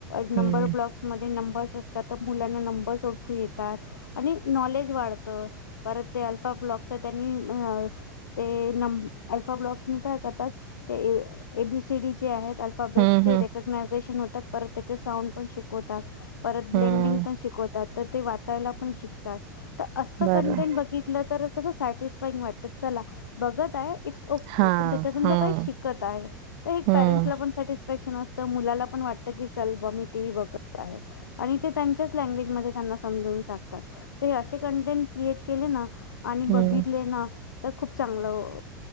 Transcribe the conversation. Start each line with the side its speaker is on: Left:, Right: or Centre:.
Left: नंबर
Right: हं.
Left: ब्लॉक्समध्ये नंबर्स असतात तर मुलांना नंबरस ओळखू येतात आणि नॉलेज वाढतं परत ते अल्फा ब्लॉक्स त्यांनी ते नं अल्फा ब्लॉक्सनी काय करतात ते एबीसीडी जे आहेत अल्फाबेटचे
Right: हं, हं.
Left: रेकग्नायझेशन होतात परत त्याचे साऊंड पण शिकवतात परत ब्लेंडिंग
Right: हं.
Left: पण शिकवतात तर ते वाचायला पण शिकतात तर असं
Right: बरं.
Left: कंटेंट बघितलं तर कसं सॅटिस्फाईंग वाटतं चला बघत आहे इट्स ओके.
Right: हां,
Left: पण त्याच्यातून
Right: हां.
Left: तो काही शिकत आहे, तर एक
Right: हं,
Left: पॅरंटला पण तस नसतंय मुलाला पण वाटतं, की चल बा टीव्ही बघत आहे, आणि ते त्यांच्याच लेंग्वेज मध्ये त्यांना समजावून सांग असे कंटेंट क्रिएट केले ना आणि
Right: हं.
Left: बघितले ना तर खूप चांगलं अ